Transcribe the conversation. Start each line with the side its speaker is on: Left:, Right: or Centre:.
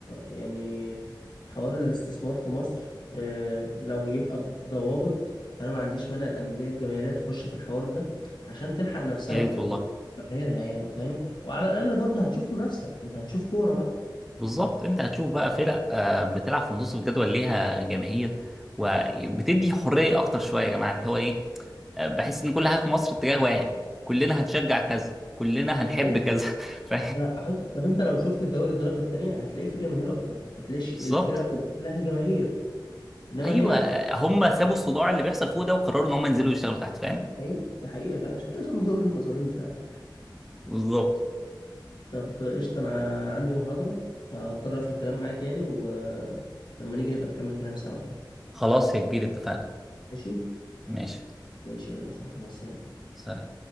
Left: يعني حوار الاستثمار في مصر آه، لو يبقى بضوابط فانا ما عنديش مانع الانديه الجماهيريه تخش في الحوار ده عشان تلحق نفسها
Centre: يا ريت
Left: وجماهيرها
Centre: والله
Left: يعني فاهم وعلى الاقل برضو هتشوف منافسه انت هتشوف كوره بقى
Centre: بالظبط انت هتشوف بقى فرق آه، بتلعب في نص الجدول ليها جماهير وبتدي حريه اكتر شويه يا جماعه اللي هو ايه آه، بحس ان كل حاجه في مصر اتجاه واحد كلنا هنشجع كذا كلنا
Left: ده
Centre: هنحب
Left: حقيقي
Centre: كذا <laughs> ف...
Left: انا عايز طب انت لو شفت الدوري الدرجه الثانيه هتلاقي فيه جماهير اكتر هتلاقي ش-
Centre: بالظبط
Left: الفرق كلها لها جماهير انما
Centre: ايوه
Left: هنا
Centre: هم سابوا الصداع اللي بيحصل فوق ده وقرروا ان هم ينزلوا يشتغلوا تحت فاهم
Left: حقيقة ده حقيقه فعلا عشان كده اسمه دوري المظالم فعلا
Centre: بالظبط
Left: طب قشطه انا عندي محاضره فهضطر اقفل الكلام معاك يعني ولما نيجي نبقى نكمل كلام سوا يعني
Centre: خلاص يا كبير اتفقنا
Left: ماشي
Centre: ماشي
Left: ماشي يلا يا صاحبي مع السلامه
Centre: سلام